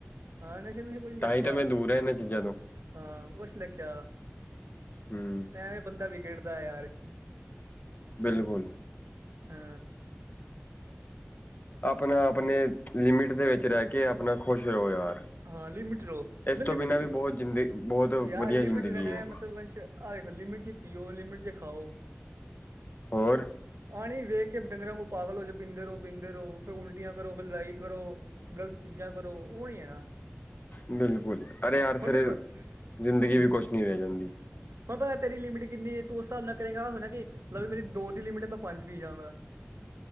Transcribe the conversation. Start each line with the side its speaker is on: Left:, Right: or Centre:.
Right: ਹਾਂ, ਨਸ਼ੇ ਨੁਸ਼ੇ ਕੁਛ ਨੀ
Left: ਤਾਂ
Right: ਰੱਖਿਆ।
Left: ਹੀ ਤਾਂ ਮੈਂ ਦੂਰ ਹੈ ਇਹਨਾਂ ਚੀਜ਼ਾਂ ਤੋਂ
Right: ਹਾਂ, ਕੁਛ ਨੀ ਰੱਖਿਆ,
Left: ਹਮ
Right: ਐਵੇਂ ਬੰਦਾ ਵਿਗੜਦਾ ਯਾਰ।
Left: ਬਿਲਕੁਲ।
Right: ਹਾ।
Left: ਆਪਣਾ ਆਪਣੇ ਲਿਮਿਟ ਦੇ ਵਿੱਚ ਰਹਿ ਕੇ ਆਪਣਾ ਖੁਸ਼ ਰਹੋ ਯਾਰ।
Right: ਹਾਂ ਲਿਮਿਟ ਰਹੋ
Left: ਇਸ
Right: ਮੈਂ
Left: ਤੋਂ
Right: ਲਿਮਿਟ
Left: ਬਿਨਾਂ
Right: ਚ ਪੀਣਾ
Left: ਵੀ ਬਹੁਤ ਜਿੰਦ ਬਹੁਤ
Right: ਯਾਰ
Left: ਵਧੀਆ
Right: ਲਿਮਿਟ
Left: ਜ਼ਿੰਦਗੀ
Right: ਚ ਰਹਿਣਾ
Left: ਐ।
Right: ਵੰਸ਼ ਇਕ ਲਿਮਟ ਚ ਪੀਓ ਲਿਮਟ ਚ ਖਾਓ।
Left: ਹੋਰ?
Right: ਆਣੀ ਵੇਖ ਕੇ ਡੰਗਰਾਂ ਵਾਂਗੂੰ ਪਾਗਲ ਹੋ ਜੇ, ਪੀਂਦੇ ਰਹੋ ਪੀਂਦੇ ਰਹੋ, ਫਿਰ ਉਲਟੀਆਂ ਕਰੋ, ਫਿਰ ਲੜਾਈ ਕਰੋ। ਗ਼ਲਤ ਚੀਜ਼ਾਂ ਕਰੋ, ਉਹੀ ਆ ਨਾ।
Left: ਬਿਲਕੁਲ, ਅਰੇ ਯਾਰ
Right: ਹੁਣ
Left: ਫਿਰ
Right: ਤੈਨੂੰ ਪ
Left: ਜ਼ਿੰਦਗੀ
Right: ਹੂੰ
Left: ਵੀ
Right: ਹੂੰ
Left: ਕੁਛ ਨਹੀਂ ਰਹਿ ਜਾਂਦੀ।
Right: ਹੁਣ ਪਤਾ ਤੇਰੀ ਲਿਮਿਟ ਕਿੰਨੀ ਏ ਤੂੰ ਉਸ ਹਿਸਾਬ ਨਾਲ ਕਰੇਗਾ, ਆ ਥੋੜੀ ਨਾ ਕਿ ਮੇਰੀ ਦੋ ਦੀ ਲਿਮਿਟ ਮੈਂ ਪੰਜ ਪੀ ਜਾਵਾਂਗਾ।